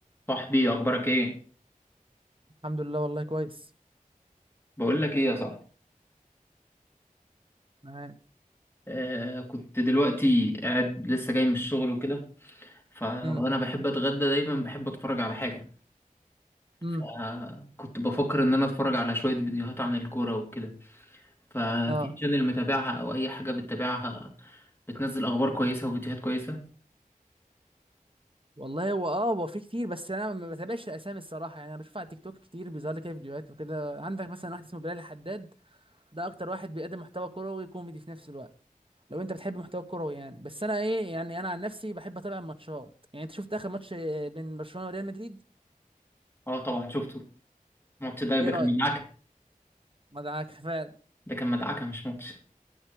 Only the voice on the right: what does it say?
الحمد لله والله كويس
معاك
امم
امم
اه
والله هو اه هو في كتير بس انا ما بتابعش الاسامي الصراحه يعني انا بشوف على التيك توك كتير بيظهر لي كده فيديوهات وكده عندك مثلا واحد اسمه بلال الحداد ده اكتر واحد بيقدم محتوى كروي كوميدي في نفس الوقت لو انت بتحب المحتوى الكروي يعني بس انا ايه يعني انا عن نفسي بحب اتابع الماتشات يعني انت شفت اخر ماتش آه، بين برشلونه وريال مدريد
ايه رايك
ما دعاك فعلا